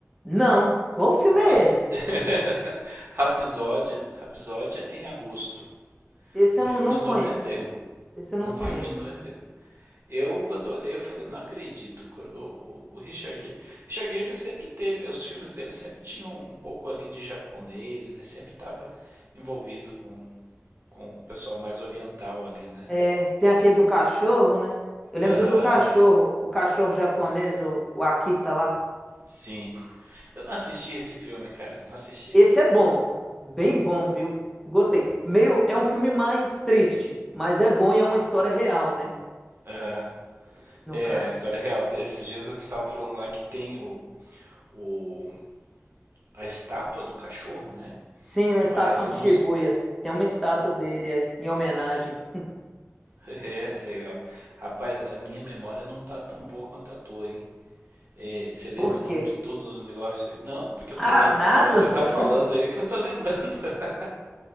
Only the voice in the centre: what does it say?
Não, qual filme é
esse?
Esse
eu
não, não
conheço.
Esse eu não
conheço.
É, tem aquele do cachorro, né? Eu lembro
do do cachorro, o cachorro japonês, o, o Akita lá.
Esse é bom, bem bom, viu? Gostei. Meio, é um filme mais triste, mas é bom e é uma história real, né?
No
caso.
Sim, na
estação
de
Shibuya.
Tem uma estátua dele, é, em homenagem.
Por
quê?
<laughs>
Ah,
nada
só.
<laughs>